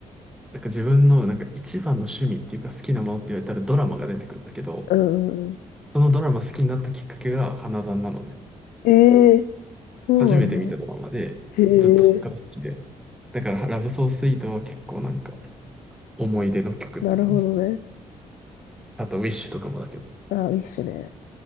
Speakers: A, in the centre; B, on the left.
A: なんか自分のなんか一番の趣味っていうか好きなものって言われたらドラマが出てくるんだけど、
B: うんうんうん。
A: そのドラマ好きになったきっかけが花壇なのね。
B: ええそうなんだ。
A: 初めて見たドラマで、
B: へえ、
A: ずっとそっから好きで。だから、ラブソースイートは結構なんか、思い出の曲って感じ。
B: なるほどね。
A: あと、ウィッシュとかもだけど。
B: あ、ウィッシュね。